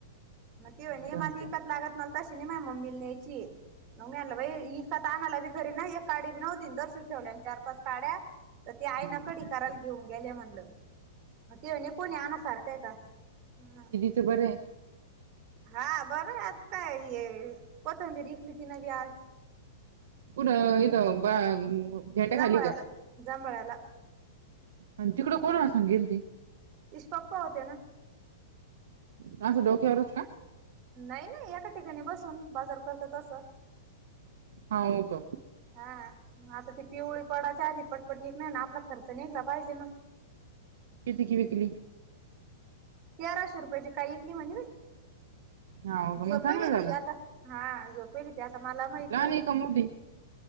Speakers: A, on the right; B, on the right.
A: मग तेवणे
B: जाऊन
A: मला
B: द्या
A: एकत लागत मला तशी नाही माझ मम्मी यायची. नग मीळालं बाई इका तर आणायला बी घरी नाही एककााडी बी नव्हती दर्शक ठेवल्या आणि चार पाच काढ्या तर ते आई
B: हम्म
A: ना कडी करायला घेऊन गेल्या म्हणलं. तेणे कोणी आण सारखाय का हम.
B: ते बर आहे.
A: हा बरं आहे आज काय ये कोथंबी रिविकली ती न बी आज.
B: पण इथं झेंड्या
A: जांभळाला
B: खाली का.
A: जांभळाला
B: आणि तिकड कोण सग गेलती.
A: इश पप्पा होते ना.
B: ह असं डोक्यावरच का.
A: नाही नाही एका ठिकाणी बसून बाजार करत तसं.
B: हा हो का.
A: हा आता ती पिवळी पडाच्या आधी पटपट एक नाही ना आपला खर्च निघला पाहिजे ना.
B: कती क विकली..
A: तेराशे रुपयाची काय इ कली म्हणे बाई.
B: हाव का
A: झोपेल
B: मग चांगलं
A: होतीआता
B: झालं ना
A: हा झोपेल होतीआता मला माहित
B: लहान
A: नाही.
B: आहे का मोठी